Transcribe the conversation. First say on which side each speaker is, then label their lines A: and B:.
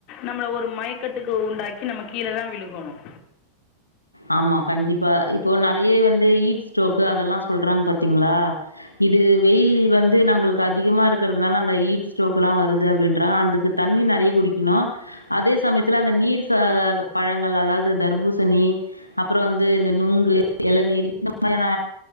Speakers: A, on the left (about 40°); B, on the left (about 85°).
A: நம்மள ஒரு மயக்கத்துக்கு உண்டாக்கி நம்ம கீழேதான் விழுகணும்
B: ஆமா கண்டிப்பா இப்போ நிறைய வந்து ஈட் ஸ்ட்ரோக்கு அதெல்லாம் சொல்றாங்க பாத்தீங்களா இது வெயில் வந்து நம்மளுக்கு அதிகமா இருக்கிறதுனால அந்த ஈட் ஸ்ட்ரோக் எல்லாம் வருது அப்படின்றாங்க அதுக்கு தண்ணி நிறைய குடிக்கணும் அதே சமயத்துல அந்த நீர் ச பழங்கள் அதாவது தர்பூசணி அப்புறம் வந்து இந்த நுங்கு எளநீர் இந்த மாறியான